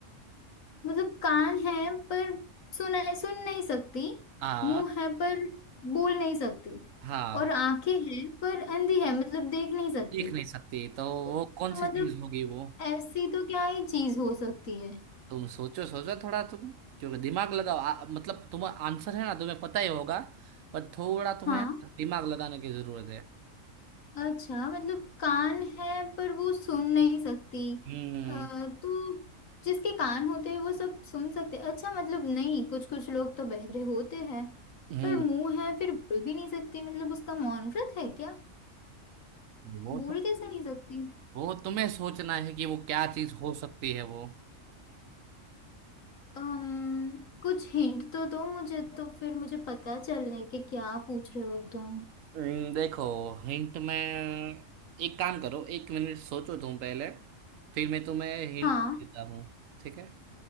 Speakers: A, on the left; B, on the right.
A: मतलब कान है पर सुन सुन नहीं सकती
B: हाँ
A: मुंह है पर बोल नहीं सकती
B: हाँ
A: और आंखें हैं पर अंधी है मतलब देख नहीं सकती
B: देख नहीं सकती तो वो
A: तो
B: कौन सी
A: मतलब
B: चीज होगी वो
A: ऐसी तो क्या ही चीज हो सकती है
B: तुम सोचो सोचो थोड़ा तुम क्योंकि दिमाग लगाओ आ, मतलब तुम्हारा आंसर है ना तुम्हें पता ही होगा पर थोड़ा तुम्हें
A: हाँ
B: दिमाग लगाने की जरूरत है
A: अच्छा मतलब कान है पर वो सुन नहीं सकती
B: हम्म
A: अ, तो जिसके कान होते हैं वो सब सुन सकते अच्छा मतलब नहीं कुछ कुछ लोग तो बहरे होते हैं
B: हम्म
A: पर मुंह है फिर बोल भी नहीं सकते मतलब उसका मौन व्रत है क्या
B: वो
A: बोल
B: तो
A: कैसे नहीं सकती
B: वो तुम्हें सोचना है कि वो क्या चीज हो सकती है वो
A: अम्म कुछ हिंट तो दो मुझे तो फिर मुझे पता चले कि क्या पूछ रहे हो तुम
B: हम्म, देखो हिंट में एक काम करो एक मिनट सोचो तुम पहले फिर मैं तुम्हें हिंट
A: हाँ
B: देता हूँ ठीक है